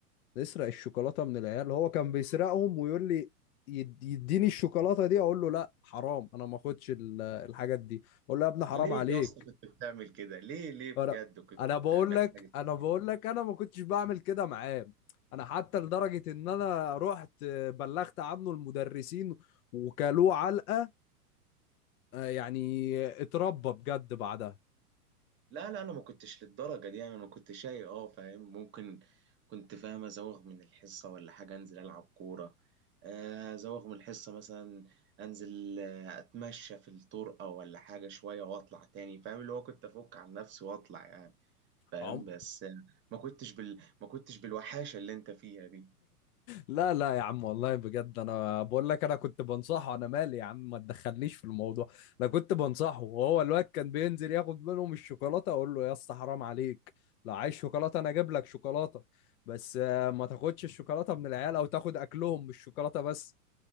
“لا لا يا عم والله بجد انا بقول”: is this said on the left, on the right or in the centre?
Left